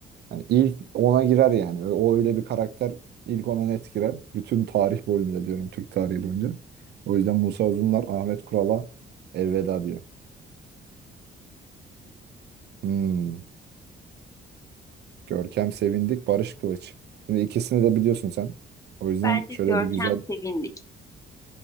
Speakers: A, on the right (about 55°); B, on the left (about 15°).
A: Hani ilk ona girer yani. Ö- O öyle bir karakter ilk ona net girer. Bütün tarih boyunca diyorum Türk tarihi boyunca. O yüzden Musa Uzunlar Ahmet Kural'a elveda diyor. Hmm. Görkem Sevindik, Barış Kılıç. Şimdi ikisini de biliyorsun sen. O yüzden
B: Bence
A: şöyle
B: Görkem
A: bir güzel
B: Sevindik.